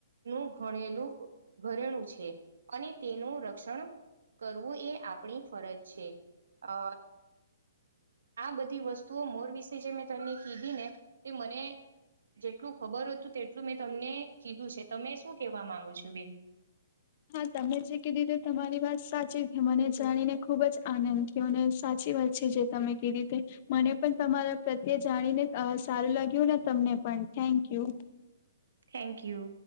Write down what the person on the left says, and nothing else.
હા તમે જે કીધી તે તમારી વાત સાચી મને જાણીને ખુબ જ આનંદ થયો અને સાચી વાત છે જે તમે કીધી તે. મને પણ તમારા પ્રત્યે જાણીને સારું લાગ્યું ને તમને પણ થેન્કયુ.